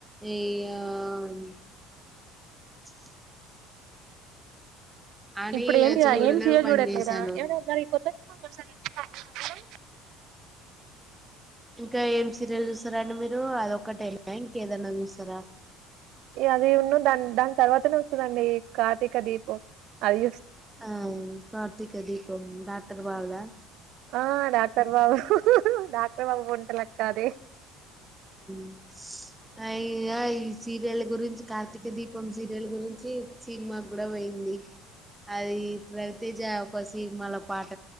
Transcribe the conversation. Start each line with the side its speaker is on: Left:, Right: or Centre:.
Centre: ఏయాన్ ఆ అని
Right: ఇప్పుడు
Centre: ఇగ
Right: ఏంటి
Centre: చూడనే
Right: అఏమి సీరియల్
Centre: బంద్
Right: చూడట్లేదా
Centre: చేశాను
Right: ఏమ కొత్త సినిమా కలుసా అ
Centre: ఇంకా ఏం సీరియల్ చూస్తారండి మీరు అదొక్కటేనా ఇంక ఏదన్నా చూస్తారా
Right: అది ఉన్ను దాని దాని తర్వాతనే వస్తదండి కార్తీక దీపం అది
Centre: ఆ కార్తక దీపం డాక్టర్ బాబుదా
Right: ఆ డాక్టర్ బాబు డాక్టర్ బాబు వంటలక్కదే
Centre: <unintelligible> అయ ఈ సీరియల్ గురించి కార్తీక దీపం సీరియల్ గురించి సినిమా కూడా పోయి అది రవితేజ ఒక సినిమలో పాట